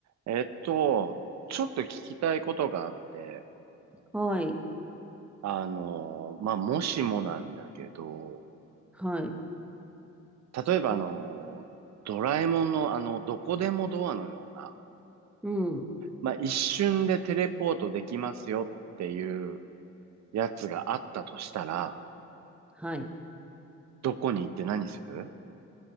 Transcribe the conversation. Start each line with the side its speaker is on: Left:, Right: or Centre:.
Right: えっと、ちょっと聞きたいことがあって、
Centre: はい、
Right: あの、まあ、もしもなんだけど、
Centre: はい、
Right: 例えばあの、ドラえもんのあの、どこでもドアのような、
Centre: うん、
Right: まあ、一瞬でテレポートできますよっていうやつがあったとしたら、
Centre: はい。
Right: どこに行って何する